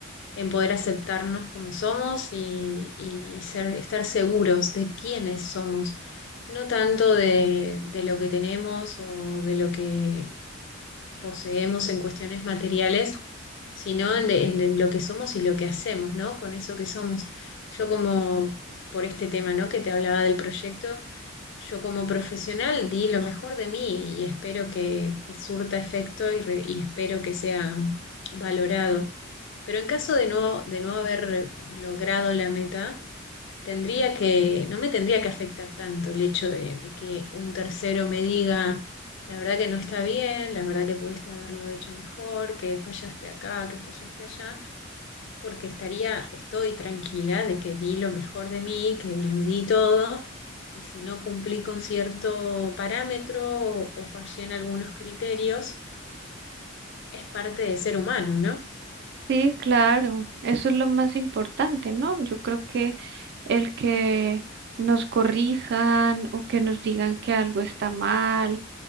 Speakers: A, on the left (about 60°); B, on the right (about 55°).
A: en poder aceptarnos como somos y, y ser, estar seguros de quiénes somos, no tanto de, de lo que tenemos o de lo que poseemos en cuestiones materiales, sino en, de- en de lo que somos y lo que hacemos, ¿no? Con eso que somos. Yo como por este tema, ¿no? Que te hablaba del proyecto. Yo como profesional di lo mejor de mí y espero que, que surta efecto y, re- y espero que sea valorado. Pero en caso de no, de no haber logrado la meta, tendría que, no me tendría que afectar tanto el hecho de, de que un tercero me diga, la verdad que no está bien, la verdad que pudiste haberlo hecho mejor, que fallaste acá, que fallaste allá porque estaría, estoy tranquila de que di lo mejor de mí, que lo di todo, y si no cumplí con cierto parámetro o, o fallé en algunos criterios, es parte de ser humano, ¿no?
B: Sí, claro, eso es lo más importante, ¿no? Yo creo que el que nos corrijan o que nos digan que algo está mal,